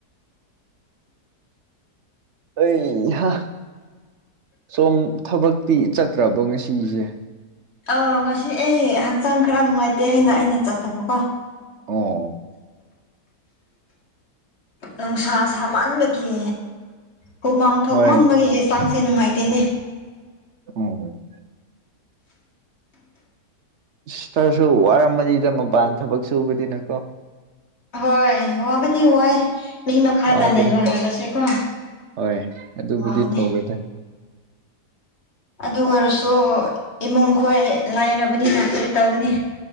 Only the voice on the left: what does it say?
ꯑꯥ ꯉꯁꯤ ꯑꯩ ꯍꯛꯆꯥꯡ ꯈꯔ ꯅꯨꯡꯉꯥꯏꯇꯦ ꯑꯩꯅ ꯑꯩꯅ ꯆꯠꯇꯕꯀꯣ
ꯅꯨꯡꯁꯥ ꯁꯥꯃꯟꯕꯒꯤ ꯍꯨꯃꯥꯡ ꯊꯣꯛꯃꯟꯕꯒꯤ
ꯍꯦ ꯆꯥꯡ ꯁꯦ ꯅꯨꯡꯉꯥꯏꯇꯦꯅꯦ
ꯍꯣꯏ ꯋꯥꯕꯤ ꯋꯥꯣꯏ ꯃꯤ ꯃꯈꯥꯗ
ꯂꯩꯔꯣ ꯍꯥꯏꯕꯁꯦꯀꯣ
ꯋꯥꯕꯅꯦ
ꯑꯗꯨ ꯑꯣꯏꯔꯁꯨ ꯏꯃꯨꯡ ꯈꯣꯏ ꯂꯥꯏꯔꯕꯅꯤꯅ ꯀꯣꯏ ꯇꯧꯕꯅꯤ